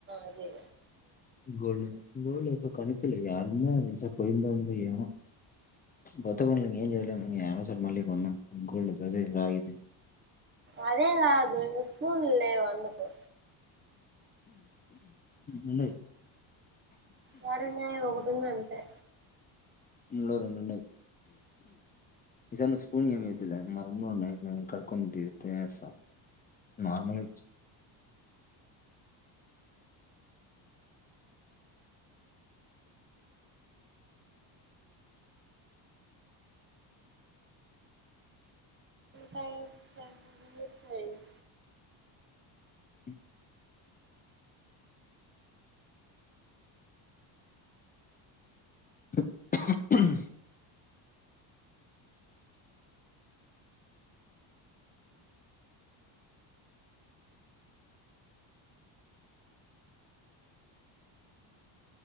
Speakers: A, on the right (about 25°); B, on the left (about 20°).
A: అదే
B: గోల్డ్ గోల్డ్స కనిపలే యారుందా ఏసో పోయింద ఉంది ఏమో మొత్తం పోనీ ఏం జయాలేం జర్ మల్లి కొందాం గోల్డ్ ధరేంద్ ఇద్
A: అదేలా దాని స్కూల్ వన్నకో
B: ఉన్నాయి
A: యాడునై ఒకటుందంతే
B: రూంలో రెండునై ఈసారి నువ్వు స్పూని అమీదులే మా రూంలో కడుకొన్ తీన్ తినేస్తాం. నార్మల్గా ఇచ్
A: థాంక్స్ రా <unintelligible>
B: <inaudible> <inaudible>